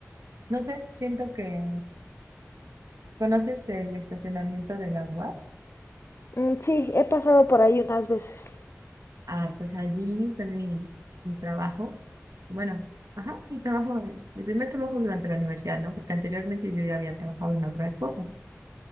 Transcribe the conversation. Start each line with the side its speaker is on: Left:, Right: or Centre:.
Right: no sé, siento que conoces el estacionamiento de la UAP.
Left: Mm, sí, he pasado por ahí unas veces.
Right: Ah, pues allí fue mi, mi trabajo. Bueno, ajá, mi trabajo, de- mi primer trabajo durante la universidad, ¿no? Porque anteriormente yo ya había trabajado en otras cosas,